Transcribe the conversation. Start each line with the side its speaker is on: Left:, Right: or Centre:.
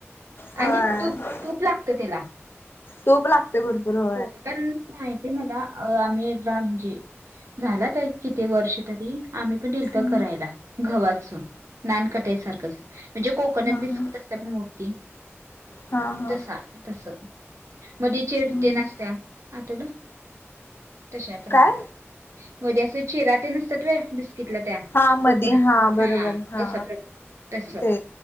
Left: होय
Right: आणि तूक तूप लागत त्याला
Left: टूपला बरोबर.
Right: हो कारण माहती आहे मला आम्ही एकदा म्हणजे झाला का किती वर्ष तरी आम्ही पण दिलत
Left: हम्म
Right: करायला गवा्हाचो नानकटाईसारखंच म्हणजे कोकोनट
Left: हा
Right: बिस्किट
Left: हा
Right: ण मोठी
Left: हा हा
Right: तसा तस मध्येचेर
Left: हम्म
Right: ते नसत्या आ तुला तशा प्रकारे
Left: काय
Right: वध्ये अस चिरात नसतात व ब किलं त्या
Left: हा मध
Right: कोकोनट
Left: हा बरोबर हा
Right: तसा प्रकार तस
Left: ते